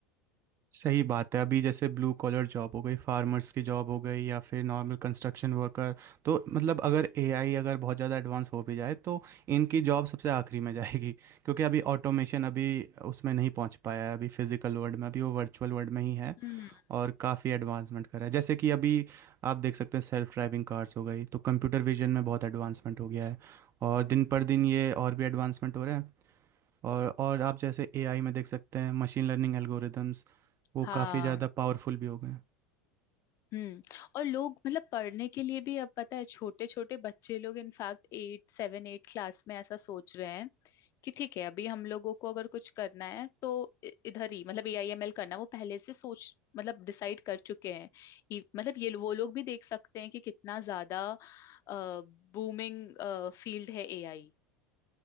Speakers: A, on the right (about 35°); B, on the left (about 45°).
A: सही बात है अभी जैसे ब्लू कॉलर जॉब हो गई फार्मर्स की जॉब हो गई या फिर नॉर्मल कंस्ट्रक्शन वर्कर तो मतलब अगर एआई अगर बहुत ज़्यादा एडवांस हो भी जाए तो इनकी जॉब सबसे आखिरी में <laughs> जाएगी क्योंकि अभी ऑटोमेशन अभी उसमें नहीं पहुंच पाया है अभी फिजिकल वर्ल्ड में अभी वो वर्चुअल वर्ल्ड में ही है
B: हैं
A: और काफ़ी एडवांसमेंट करा है जैसे कि अभी आप देख सकते हैं सेल्फ ड्राइविंग कार्स हो गई तो कंप्यूटर विजन में बहुत एडवांसमेंट हो गया है और दिन पर दिन ये और भी एडवांसमेंट हो रहे हैं और और आप जैसे एआई में देख सकते हैं मशीन लर्निंग एल्गोरिदम्स वो
B: हाँ
A: काफ़ी ज़्यादा पावरफुल भी हो गए हैं
B: हम्म और लोग मतलब पढ़ने के लिए भी अब पता है छोटे छोटे बच्चे लोग in fact eight seven eight class में ऐसा सोच रहे हैं कि ठीक है अभी हम लोगों को अगर कुछ करना है तो इ- इधर ही मतलब ए आई एम एल करना वो पहले से सोच मतलब डिसाइड कर चुके हैं ये- मतलब ये वो लोग भी देख सकते हैं कि कितना ज्यादा बूमिंग फील्ड है ए आई